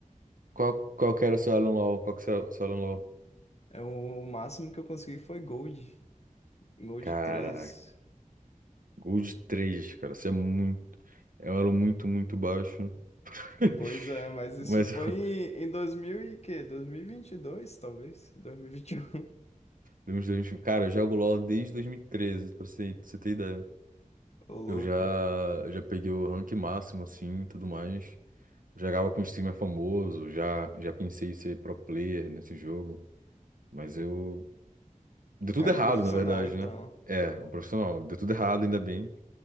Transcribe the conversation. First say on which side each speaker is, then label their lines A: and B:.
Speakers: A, on the right; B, on the left.
A: Qual, qual que era o seu Alan LoL? Qual que é o seu Alan LoL?
B: É o máximo que eu consegui foi Gold, Gold
A: Caraca,
B: três
A: Gold 3, cara. Você é muito... É um elo muito, muito baixo. <laughs>
B: Pois é, mas isso
A: Mas,
B: foi
A: eu-
B: em, em 2000 e quê? dois mil e vinte e dois, talvez? 2021.
A: dos dois- mil e vinte e um, cara, eu jogo LoL desde 2013, pra você, pra você ter ideia.
B: <laughs> Ô, louco.
A: Eu já, eu já peguei o rank máximo, assim, e tudo mais. Jogava com um streamer famoso, já, já pensei em ser pro player nesse jogo. Mas eu Deu
B: O
A: tudo
B: cara
A: errado,
B: é profissional,
A: na verdade,
B: então.
A: né? É, um profissional. Deu tudo errado, ainda bem.